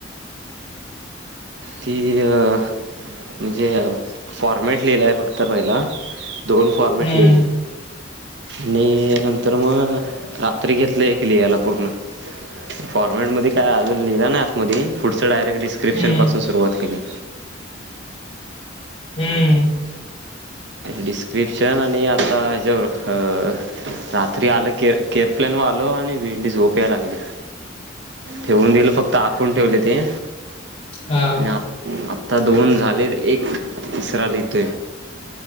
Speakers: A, on the right; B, on the left.
A: ती अ म्हणजे फॉर्मेट लिहिलाय फक्त पहिला. दोन फॉर्मेट
B: हम्म
A: लिहिले. आणि नंतर म रात्री घेतलं एक लिहायला पूर्ण. फॉर्मेट मध्ये काय आजून लिहिला नाई आत मधी, पुढचं डाय एक डिस्क्रप्शन
B: हम्म
A: पास् सुरवात केली.
B: हम्म
A: डिस्क्रिप्शन आणि आता ह्याज्याव अ रात्री आलं के केअर प्लॅन वालो आणि भिंडी झोप. प्या लागले. ठेवून दिलं फक्त आकून ठेवले ते,
B: हा
A: नी आत-आता दोन झालेत एक <inaudible> तिसरा लिहितोय